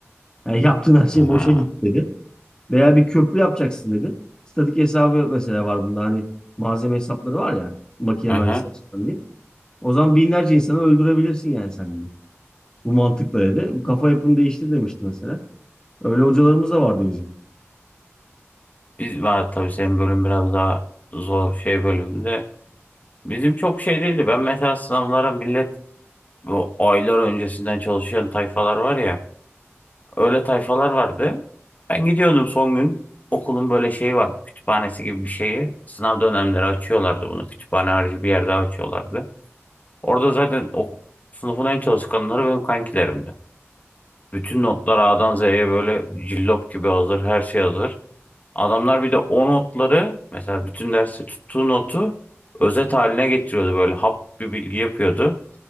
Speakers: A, on the left (about 15°); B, on the left (about 35°).
A: Yani yaptığın her şey
B: Ha.
A: boşa gitti dedi. Veya bir köprü yapacaksın dedi. Statik hesabı mesela var bunda. Hani malzeme hesapları var ya. Makine
B: Hı
A: mühendisliği açısından diyeyim. O zaman binlerce insanı öldürebilirsin yani sen de. Bu mantıkla dedi. Bu kafa yapını değiştir demişti mesela. Öyle hocalarımız da vardı bizim.
B: Biz var tabii senin bölüm biraz daha zor şey bölümünde. Bizim çok şey değildi. Ben mesela sınavlara millet bu aylar öncesinden çalışan tayfalar var ya. Öyle tayfalar vardı. Ben gidiyordum son gün. Okulun böyle şeyi vardı. Kütüphanesi gibi bir şeyi. Sınav dönemleri açıyorlardı bunu. Kütüphane harici bir yerde açıyorlardı. Orada zaten o sınıfın en çalışkanları benim kankilerimdi. Bütün notlar A'dan Z'ye böyle cillop gibi hazır. Her şey hazır. Adamlar bir de o notları mesela bütün dersi tuttuğu notu özet haline getiriyordu böyle hap bir bilgi yapıyordu.